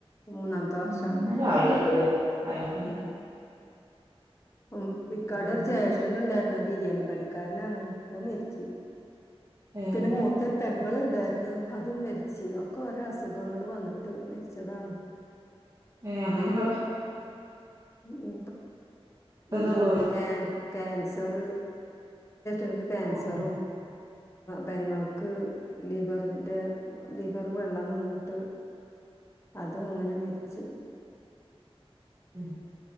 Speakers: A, on the left (about 25°); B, on the right (about 30°).
A: മൂന്നാമത്തെ വർഷാണ്
B: ഉം എന്നാലും ആയിട്ടുള്ളൂല്ലേ അയിന്
A: ഉം ഉം ഇക്കാട ഒരു
B: എന്തായാലും
A: ജ്യേഷ്ഠന് ഉണ്ടായിരുന്ന ബിരിയാണി പണിക്കാരനാണ് അത് മരിച്ച
B: ഏഹ്
A: പിന്നെ മൂത്തർ നിങ്ങളുണ്ടായിരുന്നു അതും മരിച്ച് ഒക്കെ ഒരോ അസുഖങ്ങൾ വന്നിട്ട് മരിച്ചതാണ്
B: ഏ അങ്ങനെ പെട്ട
A: ഉ
B: പെട്ടെന്ന്
A: എന്താണ്
B: പോയത്
A: കാൻസർ എനിക്ക് ക്യാൻസറും
B: ഓഹ്
A: പെങ്ങൾക്ക് ലിവറിന്റെ ലിവർ വെള്ളം നിന്നിട്ട് അതും അങ്ങനെ മരിച്ച്
B: ഉ